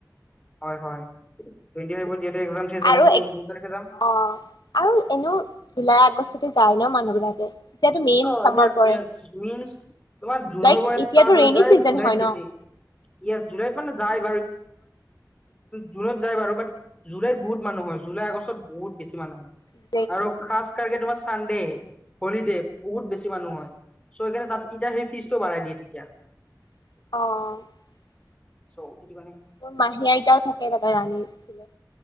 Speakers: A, on the left; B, on the left.
A: হয় হয় টুৱেন্টি ফাইভত এক্সাম শেষ হ'ব
B: আৰু
A: চ'
B: এক
A: দুই তাৰিখে যাম
B: অ আৰু এনেও জুলাইত যায় ন মানুহ বিলাকে তেতিয়াতো মেইন
A: অ
B: চামাৰ
A: য়েছ
B: পৰে
A: য়েছ মিনছ তোমাৰ জুনৰ
B: লাইক
A: পৰা
B: এতিয়াতো
A: ষ্টাৰ্ট হৈ
B: ৰেইনী
A: যায়
B: চিজন
A: জুলাইত
B: হয়
A: বেছি
B: ন
A: য়েছ জুলাইত মানে যায় জুনত যায় বাৰু বাত জুলাইত বহুত মানুহ হয় জুলাই আগষ্টত বহুত বেছি মানুহ হয়।
B: একজেক্টলি
A: আৰু খাস কাৰকে তোমাৰ চান <unintelligible> হলি দে বহুত বেছি মানুহ হয়। চো সেইকাৰণে তাত ইতিয়া সেই ফিজটো বাঢ়াই দিয়ে। <unintelligible>
B: অহ
A: চ সেইটো মানে
B: মোৰ মাহী আইতাও থাকে তাতে ৰানী পিনে।